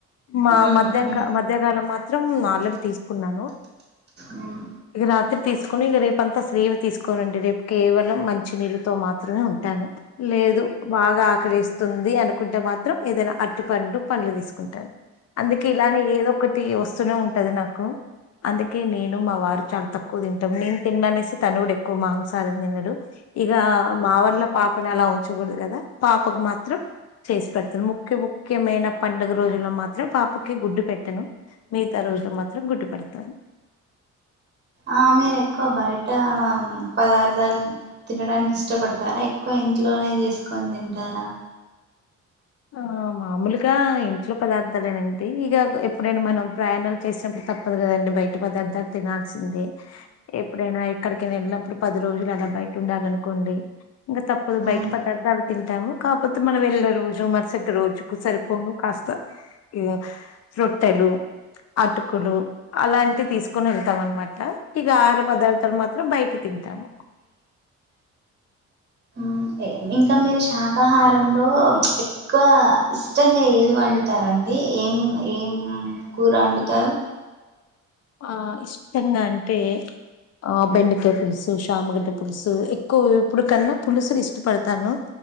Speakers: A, on the left; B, on the right.
A: మా
B: ఉహు
A: మధ్యక మధ్యకాలం మాత్రం ఆల్రెడీ తీసుకున్నాను
B: ఉమ్
A: ఇగ రాత్రి తీసుకొని ఇగ రేపంతా స్రేవ తీసుకోనండి రేపు కేవలం మంచినీళ్ళు తో మాత్రమే ఉంటాను లేదు బాగా ఆకలేస్తుంది అనుకుంటే మాత్రం ఏదైనా అట్టి పండు పండ్లు తీసుకుంటాను అందుకే ఇలానే ఏదో ఒకటి వస్తూనే ఉంటది నాకు అందుకే నేను మా వారు చాలా తక్కువ తింటాం నేను తిన్నా అనేసి తను కూడా ఎక్కువ మాంసారం తినడు ఇగ మా వాళ్ళ పాపని అలా ఉంచకూడదు కదా పాపకు మాత్రం చేస్పెడతాను ముఖ్య ముఖ్యమైన పండుగ రోజుల్లో మాత్రం పాపకి గుడ్డు పెట్టను మిగితా రోజు మాత్రం గుడ్టుపెడ్తాను
B: ఆ మీరెక్కువ బయ్టా పదార్థాలు తినడానికి ఇష్టపడ్తారా ఎక్కువ ఇంట్లోనే చేస్కొని తింటారా
A: ఆ మామూల్గా ఇంట్లో పదార్థాలేనాండి ఇగ ఎప్పుడైనా మనం ప్రయాణాలు చేసినప్పుడు తప్పదు కదండి బయ్ట పదర్థలు తినాల్సిందే ఎప్పుడైనా ఎక్కడికైనా వెళ్ళినప్పుడు పది రోజులు అలా బయ్టుండాలనుకోండి ఇంగ తప్పదు బయట
B: ఉ ఉ
A: పదర్థాలు తింటాము కాకపోతే మనం వెళ్ళిన రోజు మరుసటి రోజు రోజుకు సరిపోను కాస్త ఈ రోట్టెలు అటుకులు అలాంటి తీస్కొని వెళ్తాం అనమాట ఇగ ఆహార పదార్థాలు మాత్రం బయ్ట తింటాము
B: ఉహ్ ఇంకా మీరు శాకాహారంలో ఎ ఎక్కువ ఇష్టంగా ఏది వండుతారండి ఏం ఏం కూర అండుతారు
A: ఆ ఇష్టంగా అంటే ఆ బెండకాయ పులుసు శామగడ్డ పులుసు ఎక్కువ ఎప్పుడు కన్నా పులుసులు ఇష్టపడ్తాను